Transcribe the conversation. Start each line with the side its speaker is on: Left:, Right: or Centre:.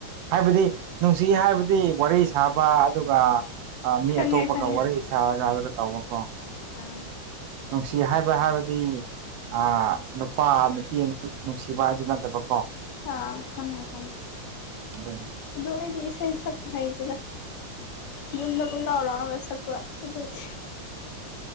Right: ꯍꯥꯏꯕꯗꯤ ꯅꯨꯡꯁꯤꯌꯦ ꯍꯥꯏꯕꯗꯤ ꯋꯥꯔꯤ ꯁꯥꯕ ꯑꯗꯨꯒ ꯃꯤ
Left: ꯈꯪꯉꯦ
Right: ꯑꯇꯣꯞꯄꯒ
Left: ꯈꯪꯉꯦ
Right: ꯋꯥꯔꯤ ꯁꯥꯔꯒ ꯑꯗꯨꯒ ꯇꯧꯕꯀꯣ
Left: ꯑꯥ
Right: ꯅꯨꯡꯁꯤ ꯍꯥꯏꯕ ꯍꯥꯏꯕꯗꯤ ꯑꯥ ꯅꯨ ꯄꯥ ꯅꯨꯄꯤ ꯅꯨꯡꯁꯤꯕ ꯑꯗꯨ ꯅꯠꯇꯕ ꯀꯣ
Left: ꯑꯥ ꯈꯪꯉꯦ ꯈꯪꯉꯦ
Right: ꯑꯗꯨ
Left: ꯑꯗꯨ ꯑꯩꯗꯤ ꯏꯁꯩ ꯁꯛꯄ ꯍꯩꯇꯦꯗ ꯌꯨꯝꯗ ꯀꯣꯏꯂꯥꯎ ꯂꯥꯎꯔꯒ ꯁꯛꯄ ꯑꯗꯨꯗꯤ